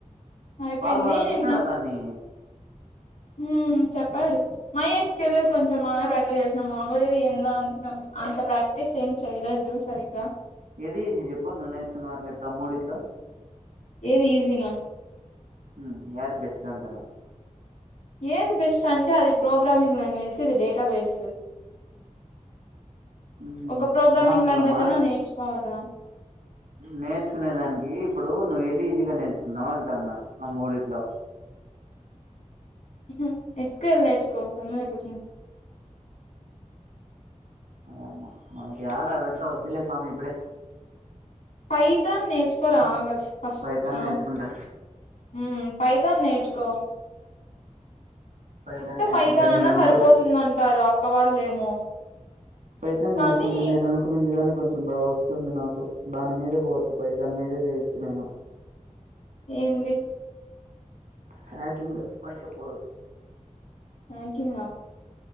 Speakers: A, on the left; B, on the right.
A: అయిపోయింది
B: వారం వారం చెప్పినాడా
A: నిన్న
B: దాన్ని
A: హ చెప్పాడు మై ఎస్క్యూఎల్ కొంచెం బాగా పెట్ట చేసిన మాంగో డిబి ఏందో అంత అంత ప్రాక్టీస్ ఏం చేయలేదు సరిగా
B: ఏది చెప్పు నువ్ నేర్చుకున్న అట్లే ఇప్పుడు మూడిట్లో
A: ఏది ఈజిన
B: ఉ యాది బెస్ట్ అంటన్న
A: ఏది బెస్ట్ అంటే అది ప్రోగ్రామింగ్ లాంగ్వేజ్ ఇది డేటాబేస్
B: మ్
A: ఒక ప్రోగ్రామింగ్
B: ఆహా పుల్లమ్మ
A: లాంగ్వేజ్ అన్నా నేర్చుకోవాలా
B: నేర్చుకునే దానికి ఇప్పుడు నువ్వు ఏది ఈజీగా నేర్చుకున్నావు అంటన్నా ఆ మూడిట్లో
A: ఉహు ఎస్క్యూఎల్ నేర్చుకో తొందరగా అయిపోతుంది
B: వాయమ్మ మనకి ఎడా అదంతా వద్దులే స్వామి ఇప్పుడే
A: ఫైతాన్ నేర్చుకోరా ఆగచ్చు ఫస్ట్
B: పైతాన్
A: ఆ
B: నేర్చుకుంటా
A: ఉ పైతాన్ నేర్చుకో
B: పైతాన్
A: ఉత్త
B: నేర్చుకుంటా
A: పైతానన్నా
B: నేను అనుకు
A: సరిపోతుందంటారు అక్క వాళ్ళేమో
B: పైథాన్ నేర్చుకుంటే
A: కానీ
B: నేను అనుకుంది గానీ కొ కొంచెం బాగా వస్తుంది నాకు దాని మీదే పోవచ్చు పై దాని మీదే చేయొచ్చు నేను
A: ఏంది
B: హాకింగ్ అయబ
A: హాకింగా